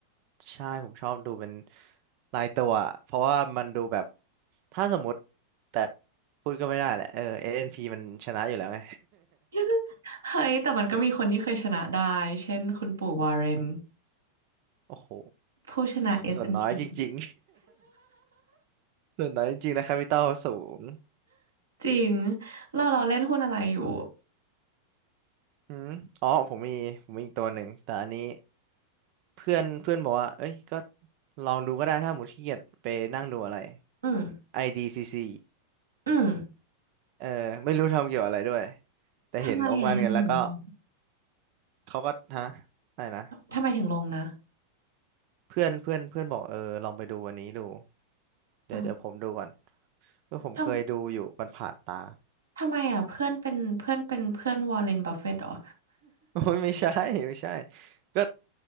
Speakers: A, on the right (about 45°); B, on the right (about 70°).
A: ใช่ผมชอบดูเป็นรายตัวอะเพราะว่ามันดูแบบถ้าสมมติแต่พูดก็ไม่ได้แหละเออ SNP มันชนะอยู่แล้วไง
B: <laughs> เฮ้ยแต่มันก็มีคนที่เคยชนะได้เช่นคุณปู่วอร์เรน
A: <laughs> โอ้โห
B: ผู้ชนะ S&P
A: ส่วนน้อยจริงๆ <laughs> ส่วนน้อยจริงๆนะแคปิตอลสูง
B: จริงเราเราเล่นหุ้นอะไรอยู่
A: อืมอ๋อผมมีผมมีอีกตัวหนึ่งแต่อันนี้เพื่อนเพื่อนบอกว่าเอ้ยก็ลองดูก็ได้ถ้าหมดขี้เกียจไปนั่งดูอะไร
B: อืม
A: IDCC
B: อืม
A: เออไม่รู้ทำเกี่ยวอะไรด้วยแต่เห็นอมการเงินแล้วก็
B: ทำไมอ่ะทำไมถึงลง
A: เขาก็ฮะอะไรนะ
B: ทำไมถึงลงนะ
A: เพื่อนเพื่อนเพื่อนบอกเออลองไปดูอันนี้ดูเดี๋ยวเดี๋ยวผมดูก่อน
B: อ๋อ
A: เพื่อผมเคยดูอยู่มันผ่านตา
B: ทำทำไมอ่ะเพื่อนเป็นเพื่อนเป็นเพื่อนวอร์เรนบัฟเฟตต์หรอ
A: <laughs> โอ้ยไม่ใช่ไม่ใช่ก็